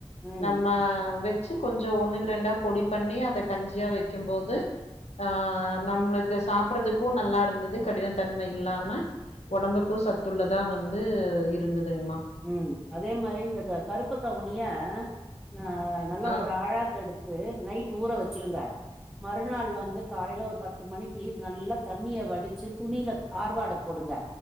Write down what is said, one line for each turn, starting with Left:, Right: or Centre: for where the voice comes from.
Centre: ம்
Left: நம்ம வெ ச்சு கொஞ்சோ ஒண்ணுக்கு ரெண்டா பொடி பண்ணி அத கஞ்சியா வைக்கு போது ஆ நம்ளுக்கு சாப்புறதுக்கு நல்லாயிருந்துது கடினத்தன்ம இல்லாம ஒடம்புக்கு
Centre: ம்
Left: சத்துள்ளதா வந்து இருந்துதுங்கமா
Centre: ம் அதே மாரி இந்த கருப்பு கவுனிய ஆ நல்லா
Left: ஆ
Centre: ஒரு ஆழாக்கு எடுத் து நைட் ஊற வெச்சிருங்க மறுநாள் வந்து காலையில ஒரு பத்து மணிக்கு நல்லா தண்ணிய வடிச்சு துணில ஆர்வாட போடுங்க